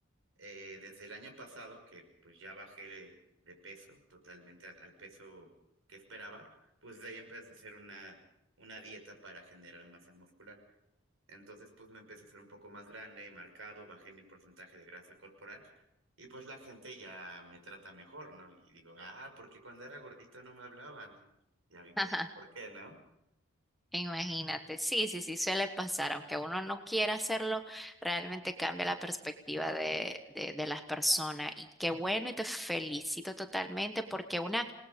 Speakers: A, on the right; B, in the centre.
A: Eh, desde el año pasado, que pues ya bajé de, de peso totalmente al, al peso que esperaba, pues de ahí empecé a hacer una, una dieta para generar masa muscular. Entonces, pues me empecé a hacer un poco más grande, marcado, bajé mi porcentaje de grasa corporal y pues la gente ya me trata mejor, ¿no? Y digo, ah, porque cuando era gordito no me hablaban. Ya vi por,
B: <laughs>
A: por qué, ¿no?
B: imagínate. Sí, sí, sí, suele pasar. Aunque uno no quiera hacerlo, realmente cambia la perspectiva de, de, de las personas. Y qué bueno y te felicito totalmente porque una,